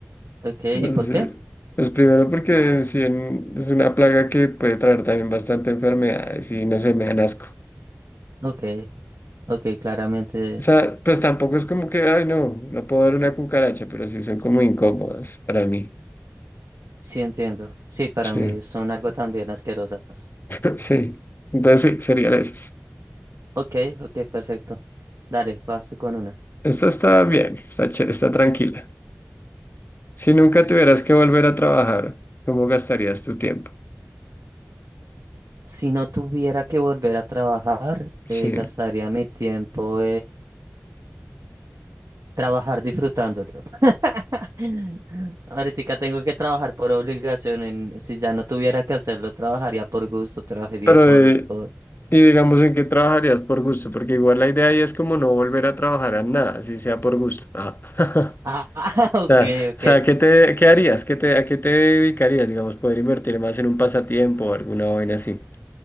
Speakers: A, on the right; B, on the left.
A: ok, ¿y
B: Pues,
A: por qué?
B: eh, pues primero porque si en- es una plaga que puede traer también bastante enfermedades y no se me dan asco.
A: Ok, ok, claramente
B: O sea, pues tampoco es como que, ay, no, no puedo ver una cucaracha, pero sí son como incómodas para mí.
A: sí entiendo. Sí, para
B: Sí.
A: mí son algo también asquerosas.
B: <laughs> Sí. Entonces sí, sería la esas.
A: Ok, ok, perfecto. Dale, vas tú con una.
B: Esta está bien, está chévere, está tranquila. Si nunca tuvieras que volver a trabajar, ¿cómo gastarías tu tiempo?
A: Si no tuviera que volver a trabajar,
B: Sí.
A: eh, gastaría mi tiempo Trabajar disfrutándolo. <laughs> Ahorita tengo que trabajar por obligación. en- si ya no tuviera que hacerlo, trabajaría por gusto, trabajaría
B: Pero,
A: por,
B: eh,
A: por...
B: Y digamos, ¿en qué trabajarías por gusto? Porque igual la idea ahí es como no volver a trabajar a nada, si sea por gusto. Ajá. <laughs>
A: Ah, <laughs> ok,
B: O sea, o
A: ok.
B: sea, ¿qué te, qué harías? ¿Qué te, a qué te dedicarías? Digamos, poder invertir más en un pasatiempo o alguna vaina así.